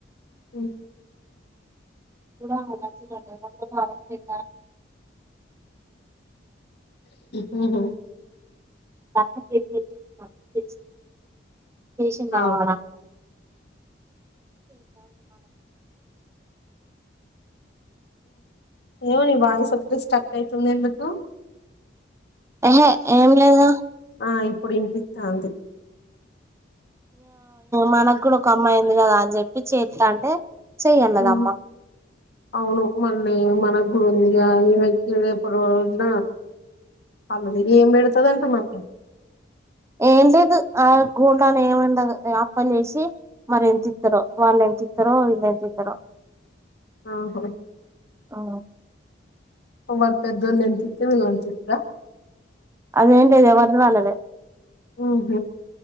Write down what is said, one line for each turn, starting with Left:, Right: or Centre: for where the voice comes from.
Left: హ్మ
Right: <inaudible>
Left: మ్మ్ హ్మ్
Right: <inaudible> చేసిందా
Left: ఆ
Right: సాల
Left: ఏమ న వాయిసు ఒకటి స్టక్ అవుతుంది ఎందుకు
Right: హే ఏం లేదా
Left: ఆ ఇప్పుడపితంది
Right: మనకు కూడా ఒక అమ్మాయింది కదా అని చెప్పి చేస్త అంటే చెయ్యన్నదమ్మ
Left: హ్మ అవును మళ్ళీ మన ంది ని వకిదప్పుడుంద అలుది ఏం పెడతుందింటమాట
Right: ఏం లేదు ఆ గోల్డ్ అని ఏమండ అప్పని చేసి మరి ఎంత ఇస్తారో వాళ్ళు ఎంత ఇస్తారో వీళ్ళ ఎంత ఇస్తార
Left: ఆహా
Right: ఆ
Left: వ వాల్ పెద్దల్ ఎంతతివ ఇల్ ఎంతితవ
Right: ఆది ఏందో ఎవరు రాలేదు
Left: ఆ హ